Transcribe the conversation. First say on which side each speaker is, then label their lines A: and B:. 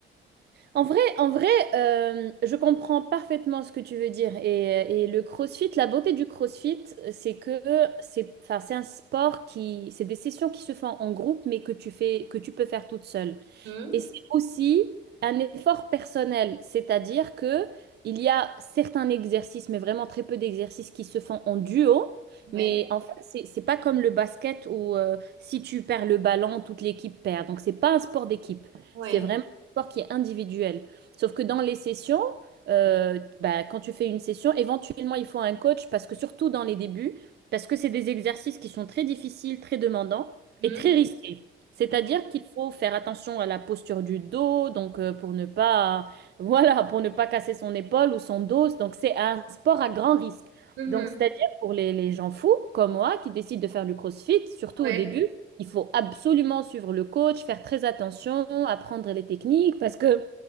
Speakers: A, on the right (about 55°); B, on the right (about 85°).
A: En vrai, en vrai, euh, je comprends parfaitement ce que tu veux dire. Et, et le CrossFit, la beauté du CrossFit, c'est que c'est, enfin, c'est un sport qui, c'est des sessions qui se font en groupe, mais que tu fais, que tu peux faire toute seule.
B: Mmh,
A: Et c'est aussi un effort personnel, c'est-à-dire que il y a certains exercices, mais vraiment très peu d'exercices qui se font en duo. Mais
B: ouais,
A: en fait, c'est c'est pas comme le basket où euh, si tu perds le ballon, toute l'équipe perd. Donc c'est pas un sport d'équipe.
B: ouais.
A: C'est vraiment un sport qui est individuel. Sauf que dans les sessions, euh, bah, quand tu fais une session, éventuellement il faut un coach parce que surtout dans les débuts, parce que c'est des exercices qui sont très difficiles, très demandants
B: Mmh,
A: et très risqués. C'est-à-dire
B: ouais.
A: qu'il faut faire attention à la posture du dos, donc euh, pour ne pas, <laughs> voilà, pour ne pas casser son épaule ou son dos. Donc c'est un sport à grand risque.
B: Mmh
A: Donc c'est-à-dire pour les, les gens fous comme moi qui décident de faire du CrossFit, surtout
B: Ouais.
A: au début, il faut absolument suivre le coach, faire très attention, apprendre les techniques parce que